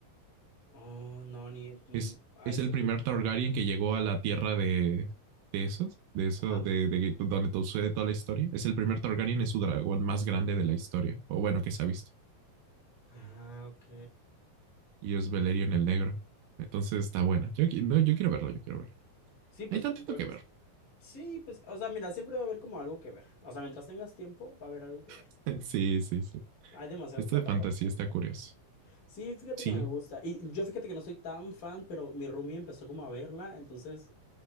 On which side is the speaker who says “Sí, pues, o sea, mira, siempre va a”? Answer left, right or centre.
Left